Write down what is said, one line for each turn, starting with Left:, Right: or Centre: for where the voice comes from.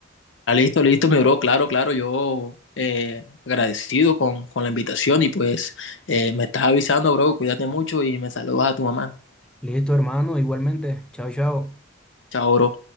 Left: Ah, listo, listo, mi bro. Claro, claro, yo eh, agradecido con, con la invitación y pues eh, me estás avisando, bro. Cuídate mucho y me saludas a tu mamá.
Centre: Listo, hermano, igualmente. Chao, chao.
Left: Chao, bro.